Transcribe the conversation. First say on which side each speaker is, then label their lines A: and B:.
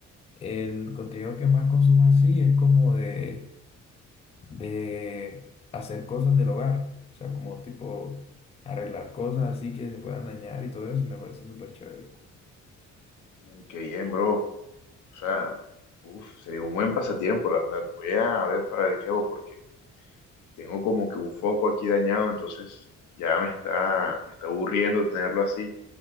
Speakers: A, on the left; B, on the left.
A: el contenido que más consumo sí es como de de hacer cosas del hogar, o sea, como tipo arreglar cosas así que se puedan dañar y todo eso, me parece súper chévere.
B: Mm, Qué bien, bro. O sea, uf, sería un buen pasatiempo, la verdad. Voy a ver para ver qué hago porque tengo como que un foco aquí dañado, entonces ya me está, me está aburriendo tenerlo así.